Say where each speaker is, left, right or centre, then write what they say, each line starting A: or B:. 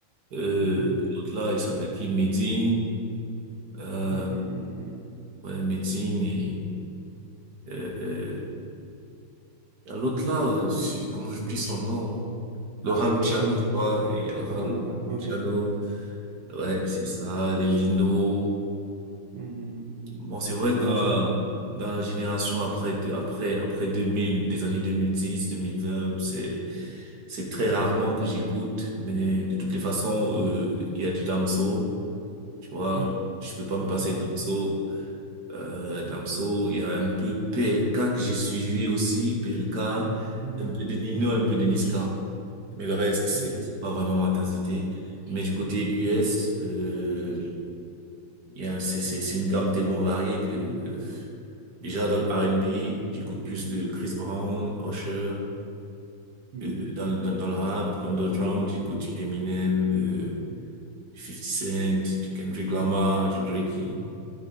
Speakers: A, on the right (about 50°); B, on the right (about 80°).
A: euh,
B: hum.
A: l'autre là, il s'appelle qui? Medine. Euh,
B: Hum, hum, hum, hum, hum.
A: ouais, Medine et euh, euh, il y a l'autre là, euh, c'est- comment j'oublie son nom? Laura Luciano,
B: Le Rof.
A: tu vois, il y a Laura
B: Ah, le Rof. Ok.
A: Luciano, ouais,
B: Ok.
A: c'est ça, les Lino.
B: Hum, hum, hum,
A: Bon,
B: hum.
A: c'est vrai
B: Ouais,
A: que dans,
B: ouais, je connais bien.
A: dans la génération après, après, après 2000, des années 2010, 2020, c'est, c'est très rarement que j'écoute, mais de toutes les façons, euh, il y a du Damso, tu vois,
B: Hum.
A: je peux pas me passer
B: Non.
A: de Damso. Euh, Damso, il y a un peu PLK que j'ai suivi aussi, PLK, un
B: Hum,
A: peu
B: hum,
A: de Nino,
B: hum.
A: un peu de Niska. Mais le reste, c'est
B: Ok.
A: c'est pas vraiment ma tasse de thé. Mais du côté
B: Ok.
A: US, euh, il y a, c'est c'est- c'est une gamme tellement variée que euh, déjà dans le R&B, j'écoute plus de Chris Brown, Usher.
B: Hum,
A: Euh,
B: hum, hum.
A: dans, dans, dans le rap, underground, j'écoute du Eminem, euh, du 50 Cent, du Kendrick Lamar, du Drake.